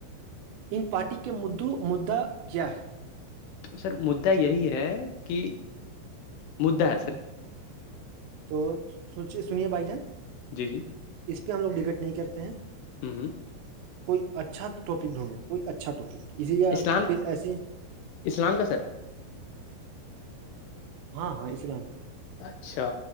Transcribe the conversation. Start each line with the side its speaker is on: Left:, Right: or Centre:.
Right: ان پارٹی کے مدعا کیا ہے
Left: تو سر مدا یہی ہے کہ مدا ہے سر
Right: تو سوچے سنیے بھائی جان
Left: جی جی
Right: اس پہ ہم لوگ ڈبیٹ نہیں کرتے ہیں
Left: ہ ہ
Right: کوئی اچھا ٹاپک ڈھونڈو کوئی اچھا ٹاپک اسی یا
Left: اسلام
Right: پھر ایسیے
Left: اسلام کا سر
Right: ہاں ہاں اسلام
Left: اچھا